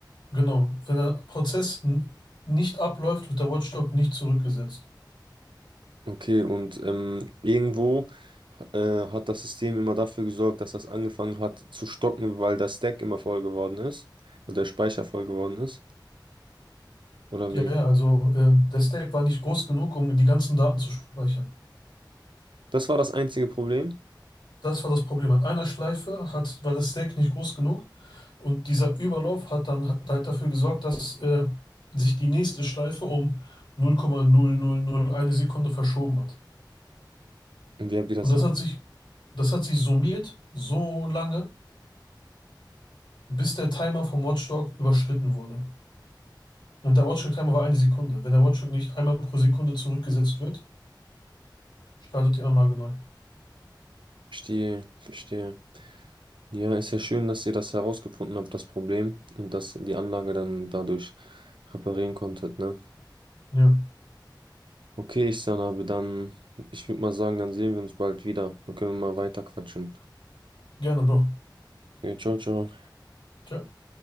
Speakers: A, on the left; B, on the right.
A: Genau. Wenn der Prozess n- nicht abläuft, wird der Watchdog nicht zurückgesetzt.
B: Okay, und ähm, irgendwo äh, hat das System immer dafür gesorgt, dass das angefangen hat zu stocken, weil der Stack immer voll geworden ist und der Speicher voll geworden ist. Oder
A: Ja,
B: wie?
A: ja, also äh, der Stack war nicht groß genug, um die ganzen Daten zu speichern.
B: Das war das einzige Problem.
A: Das war das Problem. An einer Schleife hat, war der Stack nicht groß genug, Und dieser Überlauf hat dann hat halt dafür gesorgt, dass äh, sich die nächste Schleife um 0,0001 Sekunde verschoben hat.
B: Und wie habt ihr das
A: Und das hat sich, das hat sich summiert so lange, bis der Timer vom Watchdog überschritten wurde. Und der Watchdog-Timer war eine Sekunde. Wenn der Watchdog nicht einmal pro Sekunde zurückgesetzt wird, startet die Anlage neu.
B: Verstehe, verstehe. Ja, ist ja schön, dass ihr das herausgefunden habt, das Problem, und dass die Anlage dann dadurch reparieren konntet, ne?
A: Ja,
B: Okay, ich Sanabe, dann, ich würde mal sagen, dann sehen wir uns bald wieder. Dann können wir mal weiter quatschen.
A: gerne, Bro.
B: Okay, ciao, ciao.
A: Ciao.